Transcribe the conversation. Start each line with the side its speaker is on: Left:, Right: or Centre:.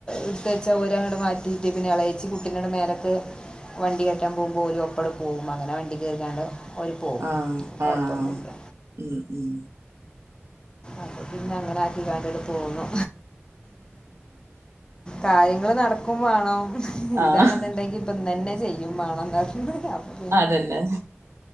Left: ഇട്ത്ത് വെച്ച ഓരങ്ങട്ട് മാറ്റിയിട്ട് പിന്നെ എളയച്ചി കുട്ടീനെ മേലക് വണ്ടി കയറ്റാൻ പോകുമ്പോ ഓലും ഒപ്പണ്ട് പോകും അങ്ങനെ വണ്ടി കേറിക്കാണ്ട് ഓല് പോവും
Right: ആഹ്
Left: കൊഴപ്പൊന്നുല്ല
Right: ആഹ് ഉം ഉം
Left: അപ്പോ പിന്നെ അങ്ങനെ ആക്കി കാണ്ട് ങ്ങട്ട് പോന്നു കാര്യങ്ങൾ നടക്കും വാണം
Right: ആഹ്
Left: ഇതാണ് ന്നുണ്ടങ്കിൽ അപ്പം ഇന്നന്നെ ചെയ്യും വാണന്ന് പർഞ്
Right: അതന്നെ